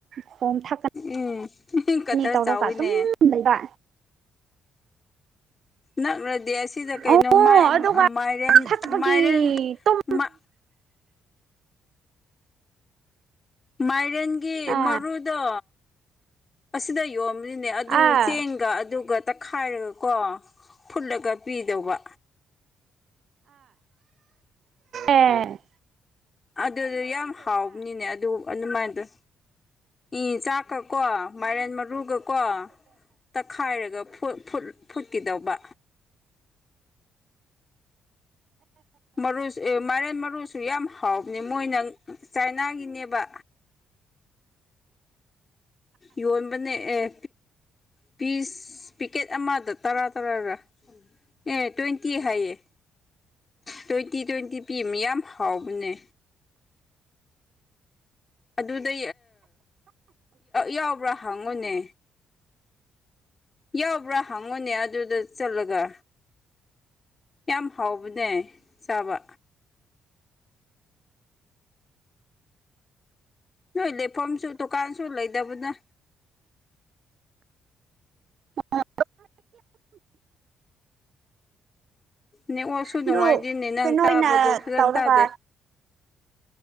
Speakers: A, on the right (about 60°); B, on the left (about 30°).
A: ꯈꯣꯝ ꯊꯛꯀꯅꯤ
B: ꯎꯝ ꯀꯇꯔ
A: ꯇꯧꯔꯒ
B: ꯆꯥꯣꯏꯅꯦ
A: ꯑꯗꯨꯝ ꯂꯩꯕ
B: ꯅꯛꯂꯗꯤ ꯑꯁꯤꯗ ꯀꯩꯅꯣ
A: ꯑꯣ ꯑꯗꯨꯒ
B: ꯃꯥꯏꯔꯦꯟ
A: ꯊꯛꯄꯒꯤ
B: ꯃꯥꯏꯔꯦꯟ
A: ꯇꯨꯝ
B: ꯃ ꯃꯥꯏꯔꯦꯟꯒꯤ
A: ꯑꯥ
B: ꯃꯔꯨꯗꯣ ꯑꯁꯤꯗ ꯌꯣꯟꯕꯅꯤꯅꯦ ꯑꯗꯨ
A: ꯑꯥ
B: ꯆꯦꯡꯒ ꯑꯗꯨꯒ ꯇꯛꯈꯥꯏꯔꯒ ꯀꯣ ꯐꯨꯠꯂꯒ ꯄꯤꯗꯧꯕ
A: ꯑꯦꯝ
B: ꯑꯗꯨꯗ ꯌꯥꯝ ꯍꯥꯎꯕꯅꯤꯅꯦ ꯑꯗꯨ ꯑꯗꯨꯃꯥꯏꯅꯗ ꯏ ꯆꯥꯛꯀꯀꯣ ꯃꯥꯏꯔꯦꯟ ꯃꯔꯨꯒ ꯀꯣ ꯇꯛꯈꯥꯏꯔꯒ ꯐꯨꯠꯈꯤꯗꯧꯕ ꯃꯔꯨꯁꯨ ꯃꯔꯦꯟ ꯃꯔꯨꯁꯨ ꯌꯥꯝ ꯍꯥꯎꯕꯅꯦ ꯃꯣꯏꯅ ꯆꯥꯏꯅꯥꯒꯤꯅꯦꯕ ꯌꯣꯟꯕꯅꯦ ꯑꯦ ꯄꯤꯁ ꯄꯤꯀꯦꯠ ꯑꯃꯗ ꯇꯔꯥ ꯇꯔꯥꯔꯥ ꯑꯦ ꯇ꯭ꯋꯦꯟꯇꯤ ꯍꯥꯏꯌꯦ ꯇ꯭ꯋꯦꯟꯇꯤ ꯇ꯭ꯋꯦꯟꯇꯤ ꯄꯤꯃꯤ ꯌꯥꯝ ꯍꯥꯎꯕꯅꯦ ꯑꯗꯨꯗ ꯌꯥꯎꯕ꯭ꯔꯥ ꯍꯪꯉꯨꯅꯦ ꯌꯥꯎꯕ꯭ꯔꯥ ꯍꯪꯉꯨꯅꯦ ꯑꯗꯨꯗ ꯆꯠꯂꯒ ꯌꯥꯝ ꯍꯥꯎꯕꯅꯦ ꯆꯥꯕ ꯅꯣꯏ ꯂꯩꯐꯝꯁꯨ ꯗꯨꯀꯥꯟꯁꯨ ꯂꯩꯗꯕꯅ
A: ꯍ
B: ꯅ ꯑꯣꯁꯨ ꯅꯨꯡꯉꯥꯏꯗꯤꯦꯅꯦ
A: ꯑꯗꯨ
B: ꯅꯪ
A: ꯀꯩꯅꯣ
B: ꯇꯥꯕꯗ
A: ꯑꯣꯏꯅ
B: ꯐꯖꯅ
A: ꯇꯧꯔꯒ
B: ꯇꯥꯗꯦ